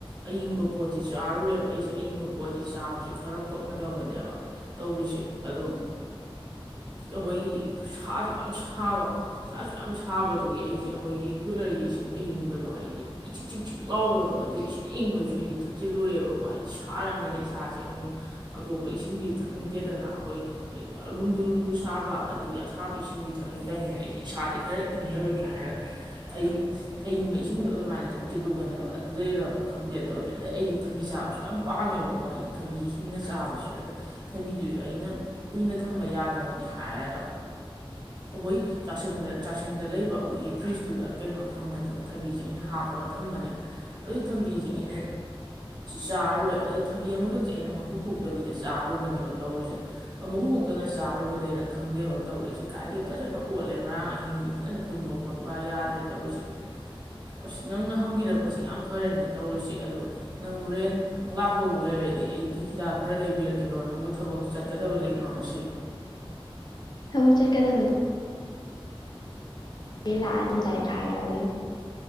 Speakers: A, on the right (about 50°); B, on the left (about 45°).
A: ꯑꯌꯤꯡꯕ ꯄꯣꯠꯇꯤ ꯆꯥꯔꯨꯔꯦꯕ ꯑꯩꯁꯦ ꯑꯌꯤꯡꯕ ꯄꯣꯠꯁꯤꯤ ꯆꯥꯕꯁꯤ ꯈꯔ ꯄꯛꯅꯗꯕꯅꯦꯕ ꯇꯧꯔꯤꯁꯦ ꯑꯗꯨꯝ ꯑꯩꯈꯣꯏꯒꯤ ꯁꯥꯁꯨ ꯌꯥꯝ ꯁꯥꯕ ꯁꯥꯁꯨ ꯌꯥꯝ ꯁꯥꯕꯗꯨꯒꯤ ꯑꯩꯁꯦ ꯑꯩꯈꯣꯏꯒꯤ ꯀꯨꯂꯔꯒꯤ ꯏꯁꯤꯡ ꯑꯏꯤꯡꯕꯗꯣ ꯍꯥꯏꯗꯤ ꯏꯆꯤꯛ ꯆꯛꯆꯤꯛ ꯂꯥꯎꯕꯗꯣ ꯑꯗꯨ ꯪ ꯏꯪꯕꯁꯨ ꯑꯩꯗꯤ ꯊꯛꯆꯤꯜꯂꯨꯔꯦꯕꯀꯣ ꯍꯥꯏꯗꯤ ꯁꯥꯔꯕꯅꯤꯅ ꯏꯁꯥꯁꯦ ꯑꯃꯨꯛ ꯑꯇꯣꯞꯄ ꯏꯁꯤꯡꯒꯤꯗꯤ ꯊꯛꯅꯤꯡꯗꯦꯗꯅ ꯑꯩꯈꯣꯏ ꯂꯨꯝꯕꯨ ꯂꯨꯝꯕꯨ ꯁꯥꯕ ꯑꯗꯒꯤ ꯑꯁꯥꯕ ꯏꯁꯤꯡꯗꯤ ꯊꯛꯅꯤꯡ ꯆꯪꯅꯤꯅ ꯑꯩꯁꯦ ꯏꯁꯥꯁꯦ ꯈꯔ ꯏꯪꯅꯕꯅꯤ ꯍꯥꯏꯔꯒ ꯑꯩ ꯑꯏꯪꯕ ꯏꯁꯤꯡꯗꯣ ꯑꯗꯨꯃꯥꯏꯅ ꯊꯛꯆꯤꯜꯂꯨꯕꯅꯦꯕ ꯑꯗꯨꯗꯩꯔꯕ ꯈꯪꯗꯦ ꯇꯧꯔꯁꯦ ꯑꯗꯩ ꯑꯩꯗꯤ ꯊꯕꯤ ꯆꯥꯕꯁꯨ ꯌꯥꯝ ꯄꯥꯝꯃꯦꯕꯀꯣ ꯍꯥꯏꯗꯤ ꯊꯕꯤ ꯍꯁꯤꯡꯅ ꯆꯥꯕꯁꯤꯁꯨ ꯑꯗꯩ ꯊꯕꯤꯗꯨꯁꯨ ꯑꯩꯅ ꯀꯨꯏꯅ ꯊꯝꯕ ꯌꯥꯅꯕꯅꯤ ꯍꯥꯏꯔꯒ ꯑꯩꯈꯣꯏ ꯆꯥꯛꯁꯪꯗ ꯆꯥꯛꯁꯪꯗ ꯂꯩꯕ ꯑꯩꯈꯣꯏꯒꯤ ꯐ꯭ꯔꯤꯖꯇꯨꯗ ꯀꯩꯅꯣ ꯊꯝꯕꯅꯦꯕ ꯊꯕꯤꯁꯦ ꯑꯩꯅ ꯍꯥꯞꯄꯒ ꯊꯝꯕꯅꯦꯕ ꯑꯗꯨꯒꯤ ꯊꯕꯤꯁꯦ ꯑꯩꯅ ꯆꯥꯔꯨꯔꯦꯕ ꯑꯗꯩ ꯊꯕꯤ ꯑꯃꯈꯛꯁꯦ ꯑꯩꯅ ꯃꯀꯨ ꯈꯣꯛꯇꯕꯤꯗ ꯆꯥꯔꯨꯕ ꯇꯧꯔꯤꯁꯦ ꯑꯃꯨ ꯈꯛꯇꯅ ꯆꯥꯔꯨꯕꯗꯩꯔ ꯈꯪꯗꯦꯕ ꯇꯧꯔꯛꯏꯁꯦ ꯍꯥꯏꯗꯤ ꯐꯖꯅ ꯑꯣꯠꯂꯦ ꯉꯔꯥꯡ ꯑꯍꯤꯡꯗꯤ ꯐꯖꯅ ꯇꯨꯝꯕ ꯈꯣꯠꯄ ꯍꯥꯏ ꯌꯥꯗ꯭ꯔꯦ ꯇꯧꯔꯤꯁ ꯑꯁ ꯅꯪꯅ ꯍꯪꯕꯤꯔꯛꯄꯁꯤ ꯌꯥꯝ ꯐꯔꯦꯅꯦ ꯇꯧꯔꯤꯁꯦ ꯑꯗꯨꯗꯣ ꯅꯪ ꯍꯣꯔꯦꯟ ꯂꯥꯛꯇꯧꯕ ꯂꯩꯔꯗꯤ ꯑꯩꯩ ꯍꯤꯗꯥꯛ ꯈꯔ ꯂꯩꯕꯤꯔꯛꯀꯦꯔꯣ ꯅꯪꯕꯨ ꯊꯕꯛ ꯆꯠꯀꯗꯕ ꯂꯩꯕ꯭ꯔꯣ ꯉꯁꯤ
B: ꯍ ꯆꯔ ꯀꯗꯝ ꯂꯥꯛꯑ ꯑꯗꯨꯝꯗꯥꯏꯗ ꯍꯥꯏꯔꯛꯑꯒꯦ